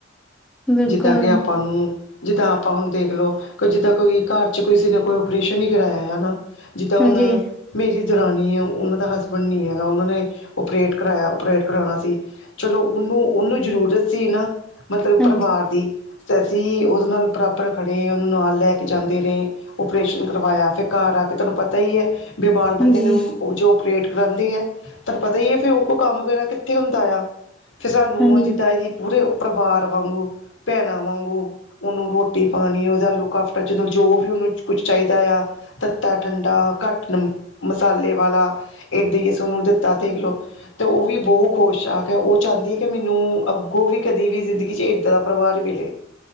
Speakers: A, in the centre; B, on the left.
A: ਬਿਲਕੁਲ,
B: ਜਿੱਦਾਂ ਕਿ ਆਪਾਂ ਨੂੰ ਜਿੱਦਾਂ ਆਪਾਂ ਹੁਣ ਦੇਖ ਲਓ, ਕੋਈ ਜਿੱਦਾਂ ਕੋਈ ਘਰ 'ਚ ਕਿਸੇ ਨੇ ਕੋਈ ਓਪ-ਓਪਰੇਸ਼ਨ ਈ ਕਰਵਾਇਆ ਹੈ ਨਾ ਜਿੱਦਾਂ ਹੁਣ
A: ਹਾਂਜੀ,
B: ਮੇਰੀ ਦਰਾਨੀ ਏ, ਉਨਾਂ ਦਾ ਹਸਬੈਂਡ ਨੀ ਹੈਗਾ, ਉਨਾਂ ਨੇ ਔਪਰੇਟ ਕਰਾਏਆ, ਔਪਰੇਟ ਕਰਾਣਾ ਸੀ ਚਲੋ, ਉਨੂੰ-ਉਨੂੰ ਜਰੂਰਤ ਸੀ ਨਾ, ਮਤਲਬ ਪਰਿਵਾਰ
A: ਹਾਂਜੀ,
B: ਦੀ। ਤੇ ਅਸੀ ਉਦੇ ਨਾਲ ਬਰਾਬਰ ਖੜੇ ਆਂ, ਉਨੂੰ ਨਾਲ ਲੈ ਕੇ ਜਾਂਦੇ ਰੇ ਔਪਰੇਸ਼ਨ ਕਰਵਾਏਆ, ਫੇਰ ਘਾਰ ਆ ਕੇ ਤੂਆਨੂੰ ਪਤਾ ਈ ਐ ਬਿਮਾਰ ਬੰਦੇ
A: ਹਾਂਜੀ,
B: ਨੂੰ, ਓ ਜੋ ਔਪਰੇਟ ਕਰਾਂਦੇ ਐ ਤਾਨੂੰ ਪਤਾ ਈ ਏ, ਫੇਰ ਓ ਕੋ ਕਾੰਮ ਵਗੈਰਾ ਕਿੱਥੇ ਹੁੰਦਾ ਆ, ਫਿਰ ਸਾਨੂੰ
A: ਹਾਂਜੀ,
B: ਜਿੱਦਾਂ ਐਦੀ ਪੂਰੇ ਪਰਵਾਰ ਵਾਂਗੂ, ਭੈਣਾਂ ਵਾਂਗੂ ਓਨੂੰ ਰੋਟੀ-ਪਾਨੀ, ਓਦਾ ਲੁੱਕ ਆਫਟਰ ਜਦੋਂ ਜੋ ਵੀ ਓਨੂੰ ਕੁੱਛ ਚਾਈਦਾ ਆ ਤੱਤਾ ਠੰਡਾ, ਘਾੱਟ ਨਮ ਮਸਾਲੇ ਵਾਲਾ, ਏਦਾਂ ਅਸੀ ਓਨੂੰ ਦਿੱਤਾ ਦੇਖਲੋ। ਤੇ ਓ ਵੀ ਬੋ ਖੁਸ਼ ਆ, ਕੇ ਓ ਚ੍ਹਾਂਦੀ ਏ ਕਿ ਮੈਨੂੰ ਅੱਗੋਂ ਵੀ ਕਦੀ ਵੀ ਜ਼ਿੰਦਗੀ ਚ ਏਦਾਂ ਦਾ ਪਰਿਵਾਰ ਮਿਲੇ,